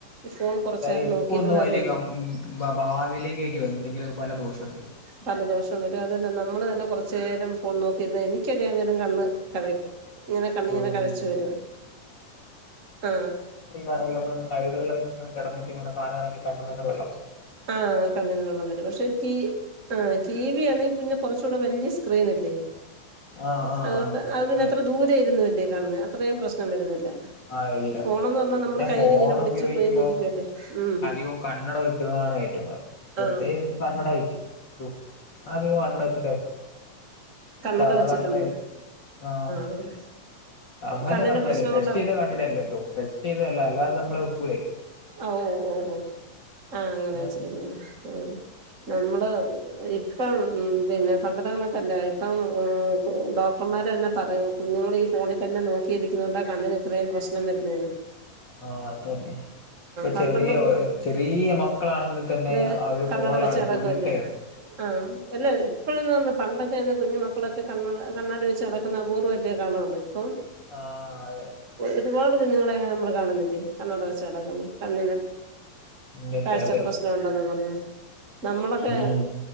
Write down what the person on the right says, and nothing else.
ഈ ഫോൺ കുറച്ചു നേരം
നോക്കിയിരുന്നാലേ
പല ദോഷം വരും അതല്ല നമ്മള് തന്നെ കുറച്ച നേരം ഫോൺ നോക്കിയിരുന്ന എനിക്കൊക്കെ ആന്തോലും കണ്ണ് കഴ ഇങ്ങനെ കണ്ണ് ഇങ്ങനെ
കഴച്ച വരും ആ
ആ കണ്ണന്ന് വെള്ളം വരും പക്ഷെ ഈ ആ ടി വി ആണെങ്കിൽ പിന്നെ കുറച്ചുകൂടെ വലിയ സ്ക്രീനല്ലേ
അതുകൊണ്ട്
അത് പിന്നെ
അത്ര ദൂരെയിരുന്നുല്ലേ കാണുന്നത് അത്രയും പ്രശ്നം വരുന്നില്ല
ഫോണന്ന പറല്ല
നമ്മള് കയ്യിൽ
ഇങ്ങനെ പിടിച്ചു
കുഴിഞ്ഞിരിക്കുവട്ടെ ഉം
ആഹ്
കണ്ണട
വെച്ചിട്ടുണ്ട്
ആഹ്
കണ്ണിന്റെ
പ്രശ്നം
കൊണ്ടാന്നോ
ഓ ഓ ഓ ആഹ അങ്ങനെ
വെച്ചിരിക്കുന്നു ആ നമ്മള് ഇപ്പം ഉ പിന്നെ പണ്ടത്തെ കണക്കല്ലേ ഇപ്പം ഡോക്ടർമാർ തന്നെ പറയും കുഞ്ഞുങ്ങൾ ഈ ഫോണിൽ തന്നെ നോക്കിയിരിക്കുന്നുണ്ട് കണ്ണിന് ഇത്രയും പ്രശ്നം ന മരുരുന്നു
പണ്ടുള്ള
കു
വേ
കണ്ണട
വെച്ച് നടക്കുവല്ലേ
ആഹ് എല്ലാ മക്കളന്ന് പറ പണ്ടൊക്കെന്ന് കുഞ്ഞുക്കളൊക്കെ കണ്ണ കണ്ണാടി വെച്ച് ക നടക്കുന്ന ബൂർ വലേ കാണുന്നുണ്ട് ഇപ്പം
ഒരുപാട് കുഞ്ഞുങ്ങളെ അങ്ങനെ നമ്മൾ കാണുന്നില്ലേ കണ്ണട വച്ചടക്കുന്ന കണ്ണി
കാഴ്ച
പ്രശ്നം ഉണ്ടോന്ന് പറഞ്ഞു നമ്മളൊക്കെ